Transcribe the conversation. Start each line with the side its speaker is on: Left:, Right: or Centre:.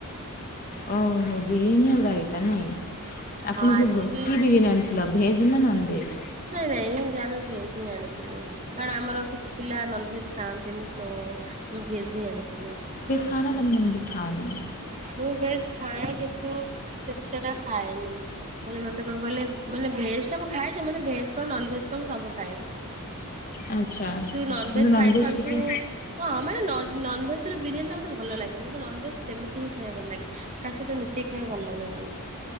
Left: ଓହୋ ବିରିୟାନି ଆଉ ରାଇ। ତା ନାହିଁ ଆପଣଙ୍କୁ
Right: ହଁ ଆଜି
Left: କି
Right: ବି
Left: ବିରିୟାନୀ ଆଣିଥିଲ ଭେଜ୍ ନା ନନ୍ ଭେଜ୍?
Right: ନାଇଁ ନାଇଁ ଯେ ଆମେ ଭେଜ୍ ହିଁ ଆଣିଥିଲୁ। କାରଣ ଆମର କିଛି ପିଲା ନନ ଭେଜ ଖାଆନ୍ତିନି ସୋ ଭେଜ ହିଁ ଆଣିଥିଲୁ।
Left: <unintelligible> ତମେ ତମର ଖାଅନି।
Right: ମୁଁ ବେଶ ଖାଏ କିନ୍ତୁ ସେତେ ଟା ଖାଏନି। ମାନେ ମତେ କଣ କହଲେ ମାନେ ଭେଜ ଟାୁ ଖାଏ ଯେ ମତେ ଭେଜ୍ କଣ ନନ ଭେଜ କଣ ସବୁ ଖାଏ।
Left: ଆଚ୍ଛା କିନ୍ତୁ
Right: ନନଭେଜ
Left: ନନଭେଜ୍
Right: ଖାଇଥାନ୍ତୁ
Left: ଟିକେ।
Right: ହଁ ମାନେ ନନ୍ଭେଜ ର ବିରିୟାନୀ ଟ ମତେ ଭଲ ଲାଗନି ମୋେ ନନଭେଜ ସେମିତି ହିଁ ଖାଇବା ଭଲ ଲାଗେ। କା ସହିତ ମିଶେଇି ଖାଇ ଭଲ ଲାଗେନି।